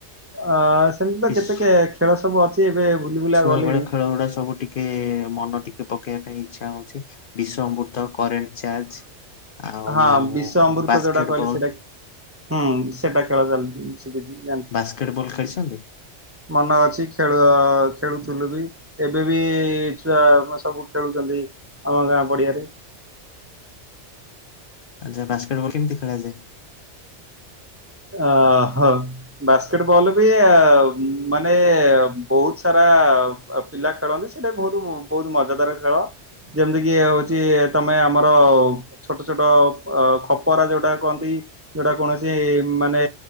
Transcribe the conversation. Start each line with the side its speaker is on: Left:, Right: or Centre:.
Right: ଆ ସେମିତି ତ
Left: ପିସ୍
Right: କେତେ କେ ଖେଳ ସବୁ ଅଛି ଏବେ ଭୁଲି ଭୁଲା
Left: ଛୁଆ
Right: ଗଲିଣି।
Left: ବେଳ ଖେଳ ଗୁଡା ସବୁ ଟିକେ ମନ ଟିକେ ପକେଇବା ପାଇଁ ଇଚ୍ଛା ହଉଚି। ବିଶ ଅମୃତ କରରେଣ୍ଟ ଚାର୍ଜ ଆଉ
Right: ହଁ ବିଶ ଅମୃତ
Left: ବାସ୍କେଟ
Right: ଯୋଉଟା କହିଲେ
Left: ବଲ୍
Right: ସେଇଟା ହୁଁ ସେଇଟା ଖେଳ ଚାଲ ସିକିଚି ଜାଣିଚି
Left: ବାସ୍କେଟ ବଲ୍ ଖେଳିଛନ୍ତି?
Right: ମନେ ଅଛି ଖେଳ ବେଳ ଖେଳୁଥିଲୁ ବି ଏବେ ବି ଛୁଆ ସବୁ ଖେଳୁଛନ୍ତି ଆମ ଗାଁ ପଡ଼ିଆରେ।
Left: <inaudible> ଆଚ୍ଛା ବାସ୍କେଟବଲ କେମତି ଖେଳାଯାଏ?
Right: ଅହୋ ବାସ୍କେଟବଲ ବି ମାନେ ବହୁତ ସାରା ଅ ପିଲା ଖେଳନ୍ତି ସେଟା ବହୁତ ବହୁତ ମଜାଦାର ଖେଳ। ଯେମିତି କିି ହଉଛି ତମେ ଆମର ଛୋଟ ଛୋଟ ଅ ଖପରା ଯୋଉଟା କହନ୍ତି। ଯୋଉଟା କୌଣସି ମାନେ